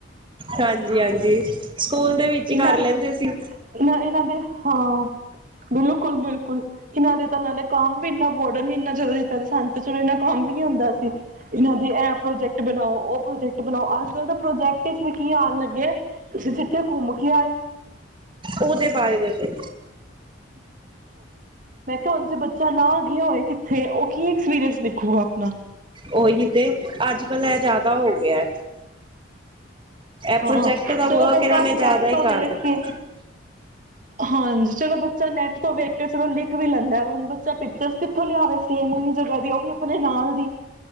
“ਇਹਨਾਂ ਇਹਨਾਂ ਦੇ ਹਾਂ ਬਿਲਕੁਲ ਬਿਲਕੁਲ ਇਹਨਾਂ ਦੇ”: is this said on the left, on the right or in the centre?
Right